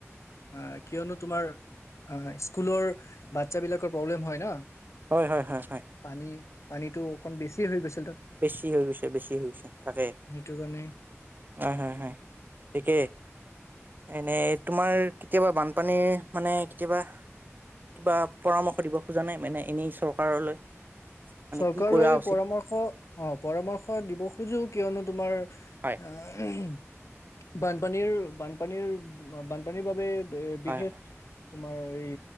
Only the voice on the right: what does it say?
হয় হয় হয় হয়
বেছি হৈ গৈছে বেছি হৈ গৈছে তাকে
অ হয় হয় হয় ঠিকেই এনে তোমাৰ কেতিয়াবা বানপানীৰ মানে কেতিয়াবা কিবা পৰামৰ্শ দিব খোজা নাই মানে এনেই চৰকাৰলৈ মানে
কি কৰা উচিত
হয়
হয় হয়